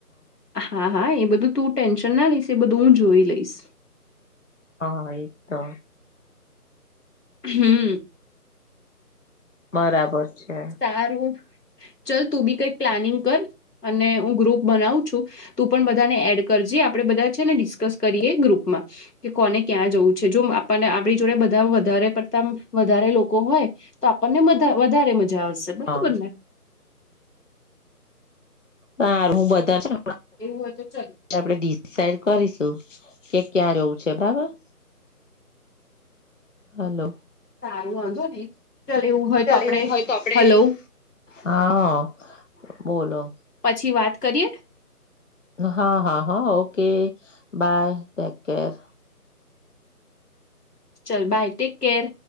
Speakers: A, on the left (about 80°); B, on the left (about 50°).
A: અહ હા હા એ બધું તું ટેન્શન ના લઈશ એ બધું હું જોઈ લઈશ.
B: હા એજ તો.
A: હમ્મ.
B: બરાબર છે.
A: સારું ચલ તું બી કઈક પ્લાનિંગ કર અને હું ગ્રુપ બનાવું છું. તું પણ બધાને એડ કરજે આપડે બધા છે ને ડિસ્કસ કરીએ ગ્રુપમાં. કે કોને ક્યાં જવું છે જો આપણને આપણી જોડે બધા વધારે પડતા વધારે લોકો હોય તો આપણને વધા વધારે મજા આવશે બરોબર
B: હા
A: ને?
B: હારુ હું બધા છેન
A: એવું હોય તો ચલ.
B: આપડે ડિસાઇડ કરીશું કે ક્યાં રવું છે બારા. હલો.
A: સારું વાંધો નહીં ચલ એવું હોય
B: ચાલ
A: તો આપડે
B: એવું હોય તો આપડે
A: હલો
B: હા આ બોલો.
A: પછી વાત કરીએ.
B: હા હા હા ઓકે બાય ટેક કેર.
A: ચલ બાય ટેક કેર.